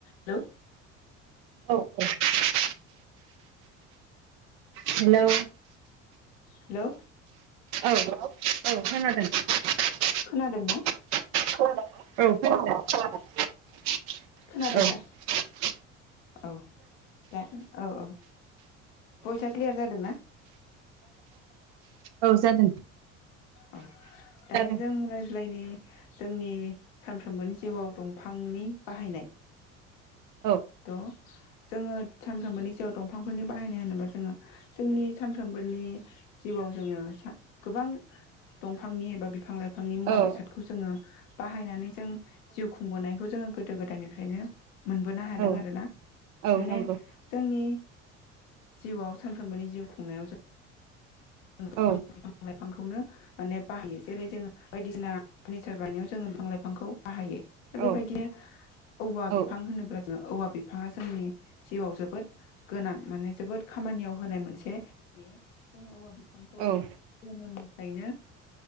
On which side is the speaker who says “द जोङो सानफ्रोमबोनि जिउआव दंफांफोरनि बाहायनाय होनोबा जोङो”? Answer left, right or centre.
Left